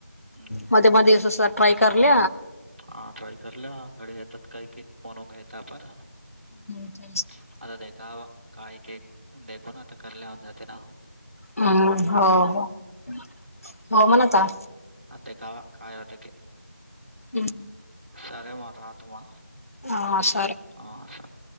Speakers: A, on the right; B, on the left.
A: हं.
B: मध्ये मध्ये दिवस ट्रय करली
A: हा ट्राय करल्या घरी येतात काही बन येत पार
B: ह्
A: आता दे का काळी के देखो ना आता कल्या होन जाते ना
B: हम्म हो हो म्हणाता
A: अध कावा कायधक
B: हम्
A: सरे मा राहत मा
B: हा सर
A: हां सर